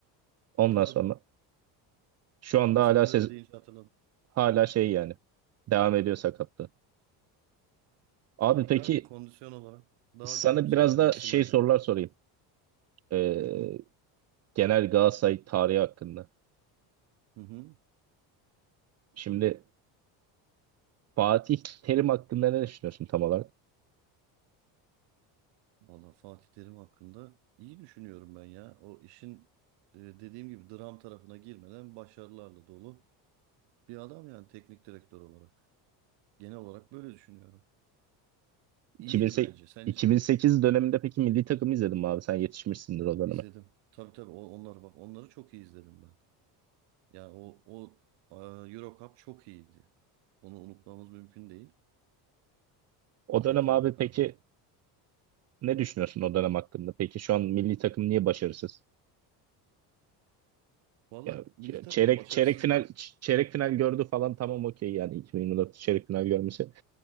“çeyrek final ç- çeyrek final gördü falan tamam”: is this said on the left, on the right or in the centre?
Right